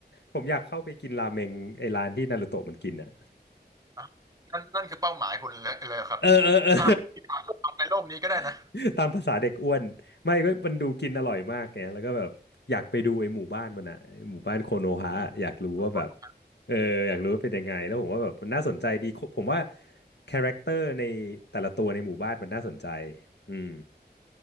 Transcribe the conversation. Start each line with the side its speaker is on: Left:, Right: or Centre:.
Left: ผมอยากเข้าไปกินราเมงไอ้ร้านที่นารูโตะมันกินนะ
Right: อ่ะนั่นนั่นคือเป้าหมายคุณเลยเลยครับ
Left: เออเออเออ
Right: น่าทำในโลกนี้ก็ได้นะ
Left: <laughs> ตามภาษาเด็กอ้วนไม่ก็มันดูกินอร่อยมากไงแล้วก็แบบอยากไปดูไอ้หมู่บ้านมันอะไอ้หมู่บ้านโคโนฮะออยากรู้ว่าแบบ
Right: กด
Left: เอออยากรู้ว่าเป็นยังไงแล้วผมว่าแบบมันน่าสนใจดีผมว่าคาแรคเตอร์ในแต่ละตัวในหมู่บ้านมันน่าสนใจอืม